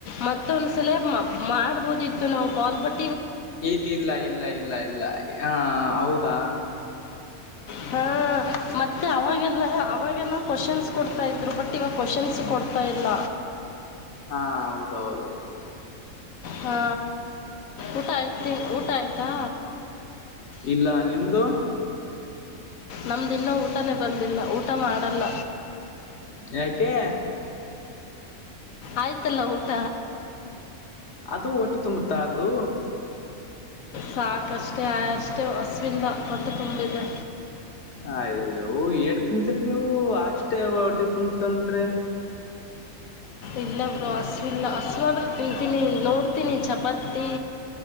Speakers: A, on the left; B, on the left.
A: ಮತ್ತೊಂದ್ಸಲ ಮ ಮಾಡ್ಬೋದಿತ್ತು ನಾವು ಕಾಲ್ ಬರ್
B: ಇಲ್ಲಿಲ್ಲ ಇಲ್ಲ ಇಲ್ಲ ಇಲ್ಲ ಇಲ್ಲ ಹಾ ಹೌದಾ.
A: ಹಾ ಮತ್ತೆ ಅವಾಗೆಲ್ಲ ಅವಾಗೆಲ್ಲ ಕ್ವೊಶನ್ಸ್ ಕೊಡ್ತಾ ಇದ್ರು ಬಟ್ ಇವಾಗ ಕ್ವೊಶನ್ಸ್ ಕೊಡ್ತಾ ಇಲ್ಲ.
B: ಹಾ ಹೌದೌದು.
A: ಹಾ ಊಟ ಆಯ್ತಿನ್ ಊಟ ಆಯ್ತಾ?
B: ಇಲ್ಲ ನಿಮ್ದು?
A: ನಮ್ದಿನ್ನೂ ಊಟನೇ ಬಂದಿಲ್ಲ ಊಟ ಮಾಡಲ್ಲ.
B: ಯಾಕೆ?
A: ಆಯ್ತಲ್ಲ ಊಟ.
B: ಅದು ಹೊಟ್ಟಿ ತುಂಬುತ್ತಾ ಅದು.
A: ಸಾಕಷ್ಟೇ ಆ ಅಷ್ಟೇ ಅಸ್ವಿಲ್ಲ. ಹೊಟ್ಟೆ ತುಂಬಿದೆ.
B: ಆಯೋ ಏಡ್ ತಿನ್ ತರ್ ನೀವು ಅಷ್ಟೇ ಹೊಡಿ ತಂತ್ರೆ
A: ಇಲ್ಲ ಬ್ರೋ ಹಸ್ವಿಲ್ಲ ಹಸ್ವಾದ್ರೆ ತಿಂತೀನಿ ನೋಡ್ತೀನಿ ಚಪಾತಿ